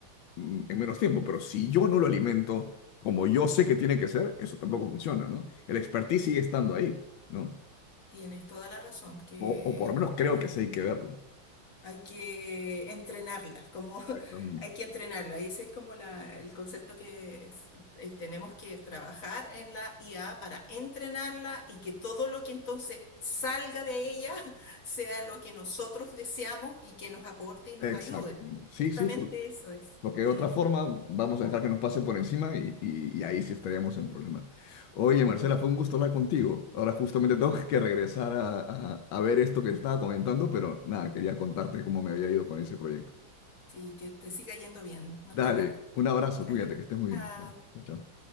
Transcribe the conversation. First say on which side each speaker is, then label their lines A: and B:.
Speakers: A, on the left; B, on the left.
A: mm, en menos tiempo, pero si yo no lo alimento como yo sé que tiene que ser, eso tampoco funciona, ¿no? El expertise sigue estando ahí, ¿no?
B: tienes toda la razón, que
A: O, o por lo menos creo
B: efectivamente.
A: que sí hay que verlo.
B: Hay que entrenarlas, como <laughs>
A: Exactamente.
B: hay que entrenarla. Y ese es como la, el concepto que es- eh, tenemos que trabajar en la IA para entrenarla y que todo lo que entonces salga de ella <laughs> sea lo que nosotros deseamos y que nos aporte y nos
A: Exactamente.
B: ayude.
A: Sí,
B: Justamente
A: sí, por-
B: eso es.
A: porque de
B: Mm,
A: otra forma vamos a dejar que nos pase por encima y, y- y ahí sí estaríamos en problemas. Oye,
B: mm.
A: Marcela, fue un gusto hablar contigo. Ahora justamente tengo que regresar a, a a ver esto que estaba comentando, pero nada, quería contarte cómo me había ido con ese proyecto.
B: Sí, que te siga yendo bien. Nos
A: Dale,
B: vemos.
A: un abrazo,
B: Ya.
A: cuídate, que estés muy
B: Chao.
A: bien. Chao, chao.